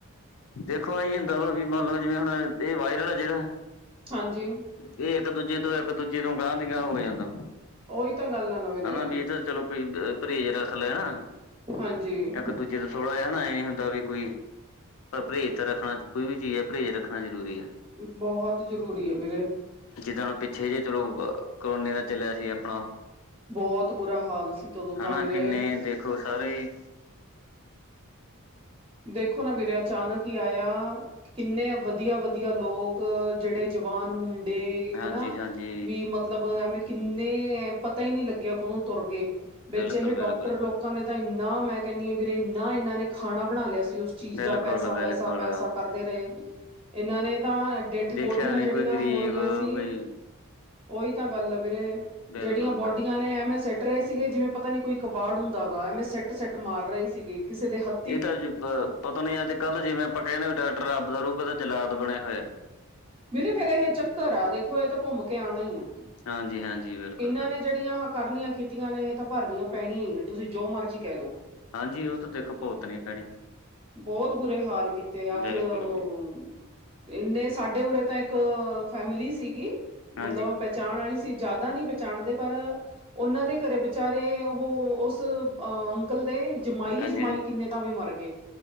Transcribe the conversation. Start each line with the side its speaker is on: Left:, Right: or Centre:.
Left: ਦੇਖੋ ਇ ਹੁੰਦਾ ਵਾ ਵੀ ਮੰਨ ਲਓ, ਜਿਵੇਂ ਹੁਣ ਇਹ ਵਾਇਰਲ ਆ ਜਿਹੜਾ
Right: ਹਾਂਜੀ।
Left: ਇਹ ਇੱਕ ਦੂਜੇ ਤੋਂ ਇੱਕ ਦੂਜੇ ਤੋਂ ਗਾਂਹ ਦੀ ਗਾਂਹ ਹੋ ਜਾਂਦਾ।
Right: ਉਹੀ ਤਾਂ ਗੱਲ ਆ। ਨਾ ਵੀਰੇ
Left: ਹਨਾ ਵੀ ਇਹ ਤਾਂ ਚਲੋ ਕੋਈ ਪਰਹੇਜ਼ ਰੱਖ ਲੈਣ
Right: ਹਾਂਜੀ
Left: ਇੱਕ ਦੂਜੇ ਦਾ ਥੋੜਾ ਜਿਹਾ ਨਾ ਐ ਹੁੰਦਾ ਵੀ ਕੋਈ ਪ ਪਰਹੇਜ ਤਾਂ ਰੱਖਣਾ ਕੋਈ ਵੀ ਚੀਜ਼ ਐ ਪਰਹੇਜ ਰੱਖਣਾ ਜਰੂਰੀ ਐ।
Right: ਬਹੁਤ ਜ਼ਰੂਰੀ ਐ ਵੀਰੇ।
Left: ਜਿੱਦਾਂ ਹੁਣ ਪਿੱਛੇ ਜਿ ਚਲੋ ਕਰੋਨੇ ਦਾ ਚੱਲਿਆ ਸੀ ਆਪਣਾ।
Right: ਬਹੁਤ ਬੁਰਾ ਹਾਲ ਸੀ। ਤਦੋਂ ਤਾਂ
Left: ਹਨਾ
Right: ਵੀਰੇ
Left: ਕਿੰਨੇ ਦੇਖੋ ਸਾਰੇ।
Right: ਦੇਖੋ ਨਾ ਵੀਰਾ ਅਚਾਨਕ ਈ ਆਇਆ। ਕਿੰਨੇ ਵਧੀਆ- ਵਧੀਆ ਲੋਕ ਜਿਹੜੇ ਜਵਾਨ ਮੁੰਡੇ ਮੁੰਡੇ
Left: ਹਾਂਜੀ
Right: ਹਨਾ
Left: ਹਾਂਜੀ
Right: ਵੀ ਮਤ ਮਤਲਬ ਐਵੇਂ ਕਿੰਨੇ ਪਤਾ ਈ ਨਈ ਲਗਿਆ ਕਦੋਂ ਤੁਰ ਗਏ, ਵਿੱਚ
Left: ਬਿਲਕੁਲ
Right: ਇਹ ਡਾਕਟਰ
Left: ਬਿਲਕੁਲ
Right: ਲੋਕ ਲੋਕਾਂ ਨੇ ਤਾਂ ਇੰਨਾ ਮੈਂ ਕਹਿੰਨੀ ਆ ਵੀਰੇ, ਇੰਨਾ ਇਹਨਾਂ ਨੇ ਖਾਣਾ ਬਣਾ ਲਿਆ ਸੀ ਉਸ ਚੀਜ਼
Left: ਬਿਲਕੁਲ
Right: ਦਾ ਪੈਸਾ,
Left: ਬਿਲਕੁਲ
Right: ਪੈਸਾ, ਪੈਸਾ ਕਰਦੇ ਰਹੇ ਇਹਨਾਂ ਨੇ ਤਾਂ ਡੈਥ
Left: ਦੇਖਿਆ
Right: ਬੋਡੀਆਂ
Left: ਨੀ
Right: ਜੋੜੀਆਂ
Left: ਕੋਈ ਗਰੀਬ
Right: ਹੋ ਰੀਆਂ ਸੀ
Left: ਕੋਈ
Right: ਓਈ ਤਾ ਗਾੱਲ ਆ ਵੀਰੇ,
Left: ਬਿਲਕੁਲ
Right: ਜੇੜੀਆਂ ਬੋਡੀਆਂ
Left: ਬਿਲਕੁਲ
Right: ਨੇ ਐਵੇਂ ਸੇੱਟ ਸੇੱਟ ਰੇ ਸੀਗੇ ਜਿਵੇਂ ਪਤਾ ਨੀ ਕੋਈ ਕਬਾੜ ਹੁੰਦਾ ਵਾ, ਐਵੇਂ ਸੇੱਟ ਸੇੱਟ ਮਾਰ ਰੇ ਸੀਗੇ, ਕਿਸੇ ਦੇ ਹੱਥ
Left: ਏ ਤਾਂ ਅੱਜ ਪ ਪਤਾ ਨੀ ਐ ਤੇ ਕੱਲ ਜਿਵੇਂ ਆਪਾਂ ਕੈਨੇ ਆਂ ਬੀ ਡਾਕਟਰ ਰੱਬ ਦਾ ਰੂਪ ਏ ਤੇ ਜਲਾਦ ਬਣੇ ਹੋਏ ਐ।
Right: ਵੀਰੇ ਫੇਰ ਏਹੇ ਚੱਕਰ ਆ, ਦੇਖੋ ਐ ਤਾ ਘੋੱਮ ਕੇ ਆਨਾ ਈ ਆ,
Left: ਹਾਂਜੀ ਹਾਂਜੀ ਬਿਲਕੁਲ
Right: ਏਨਾਂ
Left: ਬਿਲਕੁਲ
Right: ਨੇ ਜੇੜੀਆਂ ਹ ਕਰਨੀਆਂ ਕੀਤੀਆਂ ਨੇ ਏ ਤਾਂ ਭਰਨੀਆਂ ਪੈਣੀਆਂ ਈ ਨੇ, ਤੁਸੀ ਜੋ ਮਰਜ਼ੀ ਕੈ ਦੋ।
Left: ਹਾਂਜੀ, ਓ ਤਾ ਦੇਖੋ ਭੁਗਤਨੀ ਪੈਨੀ।
Right: ਬੋਤ ਬੁਰੇ ਹਾਲ ਕੀਤੇ ਅੱਜ
Left: ਬਿਲਕੁਲ
Right: ਅ
Left: ਬਿਲਕੁਲ
Right: ਏਨੇ ਸਾਡੇ ਉਰੇ ਤਾਂ ਏੱਕ ਫੈਮਿਲੀ ਸੀਗੀ
Left: ਹਾਂਜੀ
Right: ਮਤਲਬ ਪੈ ਚਾਨ ਆਲੀ ਸੀ, ਜਾਦਾ ਨੀ ਪਚਾਣਦੇ ਪਰ ਓਨਾਂ ਦੇ ਘਰੇ ਵਿਚਾਰੇ, ਓਹੋ ਓਸ ਅ ਅੰਕਲ ਦੇ ਜਮਾਈ-ਜਮਾਈ
Left: ਹਾਂਜੀ
Right: ਕਿੰਨੇ ਤਾਂ ਵੀ ਮਾਰ ਗੇ।